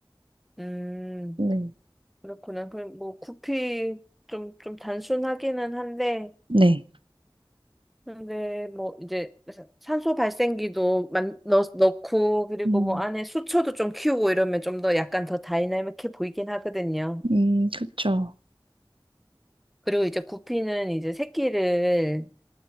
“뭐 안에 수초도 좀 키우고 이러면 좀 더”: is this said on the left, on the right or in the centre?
Centre